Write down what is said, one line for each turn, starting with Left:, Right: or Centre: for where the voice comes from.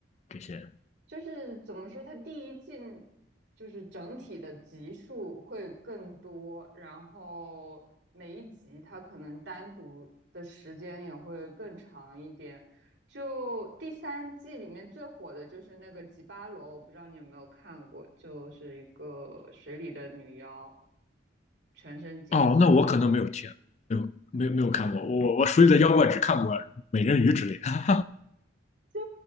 Left: 这些。
Right: 就是怎么说，它第一季就是整体的集数会更多，然后每一集它可能单独的时间也会更长一点。就第三季里面最火的就是那个吉巴罗，我不知道你有没有看过，就是一个水里的女妖，全身金色的。
Left: 哦，那我可能没有听，没有没有没有看过，我我手里的妖怪只看过美人鱼之类的。
Right: 就